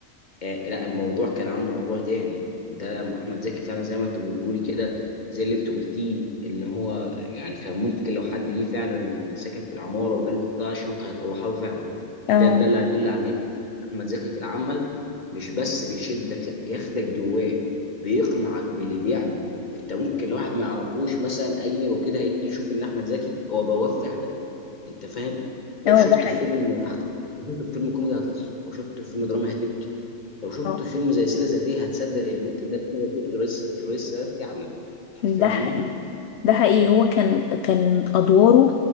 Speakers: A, on the left; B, on the left.
A: آه لا الموضوع كان عنده موضوع تاني ده احمد زكي فعلا زي ما انت بتقولي كده زي اللي انت قلتيه ان هو يعني كان ممكن لو حد جه فعلا ساكن في العماره وجاله خطه شنطه هيطلعها له فعلا
B: اه
A: ده ده اللي هيدل على ايه احمد زكي في العمل مش بس بيشدك لا بياخدك جواه بيقنعك باللي بيعمله انت ممكن لو واحد ما يعرفوش مثلا اجنبي وكده هيجي يشوف ان احمد زكي هو بواب فعلا انت فاهم لو
B: اه
A: شفته
B: ده حقيقي
A: في فيلم هت... لو شفته في فيلم كوميدي هتضحك لو شفته في فيلم دراما هتبكي لو شفته
B: اه
A: في فيلم زي سيره ذاتيه هتصدق ان ممكن ده يكون الرئيس الرئيس السادات فعلا انت
B: ده
A: فاهمه
B: حقيقي ده حقيقي هو كان كان ادواره